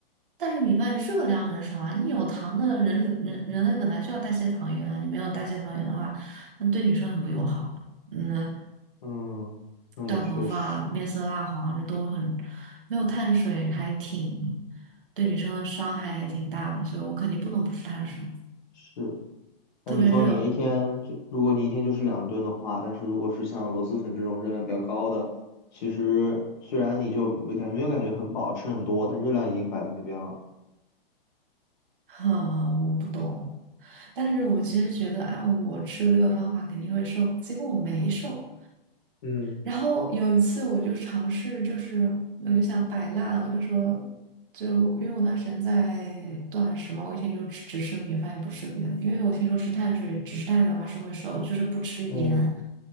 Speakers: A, on the right; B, on the left.
A: 但是米饭热量很少啊，你有糖的人里人人类本来就要代谢糖原啊，你没有代谢糖原的话，那对女生很不友好啊。嗯，
B: 嗯，那也确实
A: 掉头发、面色蜡黄，这都很没有碳水，还挺对女生的伤害还挺大的，所以我肯定不能不吃碳水，
B: 是。那你说你一天就，
A: 特别热，
B: 如果你一天就是两顿的话，但是如果是像螺蛳粉这种热量比较高的，其实虽然你就没感没有感觉很饱，吃很多，但热量已经摆在那边了。
A: <laughs> 哼，我不懂。但是我其实觉得，按我吃这个方法肯定会瘦，结果我没瘦，
B: 嗯
A: 然后有一次我就尝试，就是我就想摆烂，我就说，就因为我那时间在断食嘛，我以前就只只吃米饭，也不吃别的，因为我听说吃碳水，只吃碳水的话是会瘦，就是不吃盐，
B: 嗯